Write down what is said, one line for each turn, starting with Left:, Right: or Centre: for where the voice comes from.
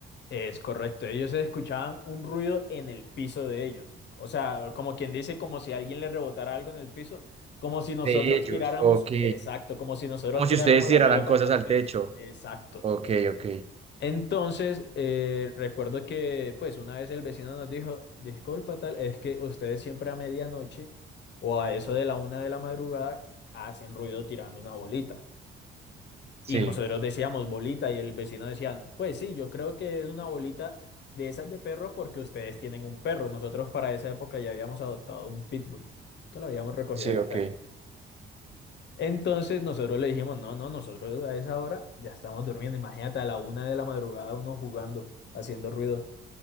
Left: Es correcto, ellos escuchaban un ruido en el piso de ellos. O sea, como quien dice, como si alguien le rebotara algo en el piso, como si nosotros
Right: De ellos,
Left: tiráramos,
Right: ok.
Left: exacto, como si nosotros
Right: Como
Left: tiráramos
Right: si ustedes
Left: la
Right: tiraran
Left: pelota
Right: cosas
Left: al
Right: al
Left: techo.
Right: techo.
Left: Exacto.
Right: Ok, ok.
Left: Entonces, eh, recuerdo que, pues, una vez el vecino nos dijo, disculpa tal, es que ustedes siempre a medianoche o a eso de la una de la madrugada hacen ruido tirando una bolita.
Right: Sí,
Left: Y nosotros decíamos bolita y el vecino decía, pues sí, yo creo que es una bolita de esas de perro porque ustedes tienen un perro. Nosotros para esa época ya habíamos adoptado un pitbull que lo habíamos recogido
Right: sí,
Left: de la
Right: ok.
Left: calle. Entonces nosotros le dijimos, no, no, nosotros a esa hora ya estamos durmiendo. Imagínate a la una de la madrugada uno jugando, haciendo ruido.